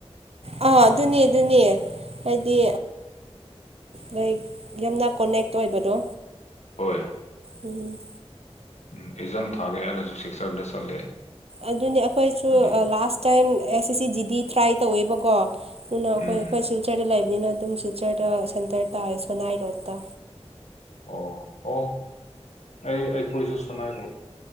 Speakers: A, on the right; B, on the left.
A: ꯑ ꯑꯗꯨꯅꯤ ꯑꯗꯨꯅꯤ ꯍꯥꯏꯗꯤ ꯂ ꯌꯥꯝꯅ ꯀꯣꯅꯦꯛ ꯑꯣꯏꯕꯗꯣ
B: ꯍꯣꯏ
A: ꯎꯝ
B: ꯎꯝ ꯏꯖꯝ ꯊꯥꯒꯦ ꯍꯥꯏꯔꯁꯨ ꯁꯤꯇꯔꯗ ꯆꯠꯂꯦ
A: ꯑꯗꯨꯅꯤ ꯑꯩꯈꯣꯏꯁꯨ
B: ꯑꯗꯨꯒ
A: ꯂꯥꯁ ꯇꯥꯏꯝ ꯑꯦꯁ ꯑꯦ ꯁꯤ ꯖꯤꯗꯤ ꯇ꯭ꯔꯥꯏ ꯇꯧꯋꯦꯕꯀꯣ ꯑꯗꯨꯅ ꯑꯩꯈꯣꯏ
B: ꯎꯝ
A: ꯑꯩꯈꯣꯏꯁꯨꯆꯔ ꯂꯩꯕꯅꯤꯅ ꯑꯗꯨꯝ ꯇꯤꯆꯔꯗ ꯁꯦꯟꯇꯔ ꯇꯥꯔꯦ ꯁꯣꯅꯥꯏ ꯔꯣꯗꯠꯇ
B: ꯑꯣ ꯑꯣ ꯑꯩ ꯑꯩꯈꯣꯏꯁꯨ ꯁꯨꯅꯥꯏꯔꯣ